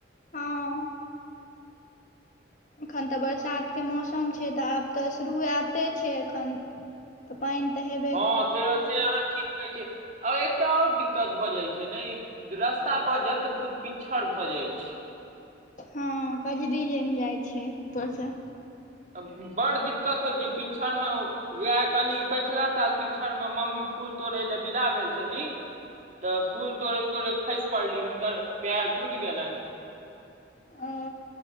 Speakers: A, on the left (about 40°); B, on the right (about 40°).
A: हां। एखन तऽ बरसातके मौसम छै तऽ आब तऽ शुरुआते छै एखन। त पेएन तऽ हेब
B: हां से से अहाँ ठीक कहै छी ए एकटा और दिक्कत भऽ जाय छै ने ई रस्ता पर जत्र कु पिछड़ भऽ जाय छै।
A: हां कजरी जैम जाय छै ऊपर से।
B: अ बड दिक्कत होय छै पिछड़मे उहाए कनि पैछला साल पिछड़ मे मम्मी फूल तोड़े लए विदा भेल छली। तऽ फूल तोड़ैत-तोड़ैत खैस पड़ली हुनकर पैर टूट गेलैन।
A: ओ